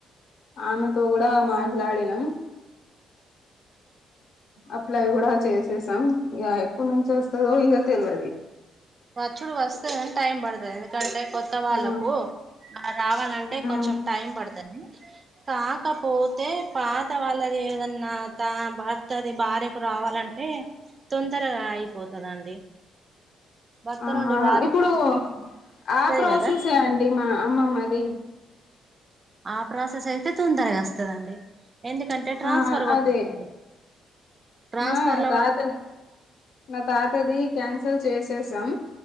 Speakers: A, on the left; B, on the right.
A: ఆమెతో కూడా మాట్లాడినా అప్లై కూడా చేసేసామ్ ఇగ కొంచెం చేస్తావ్ గా ఇగ తెల్వది
B: పచ్చుడు వస్తేని టైం పడతది ఎందుకంటే కొత్త వాళ్ళకు
A: ఆ
B: రావాలంటే
A: ఆ
B: కొంచెం టైం పడుతుంది కాకపోతే పాత వాళ్ళది ఏదన్నా తా భర్తది భార్యకు రావాలంటే తొందరగా అయిపోతదండి భర్త
A: ఆ
B: నుండి భార్యకు
A: ఇప్పుడు
B: వస్తది
A: ఆ ప్రోసెసే
B: కదా
A: అండి మా అమ్మమ్మది
B: ఆ ప్రాసెస్ అయితే తొందరగా వస్తదండి ఎందుకంటే ట్రాన్స్ఫర్
A: ఆ
B: కొట్టటి
A: అదే
B: ట్రాన్స్ఫర్లా
A: మా తాత నా తాతది క్యాన్సల్ చేసేసాం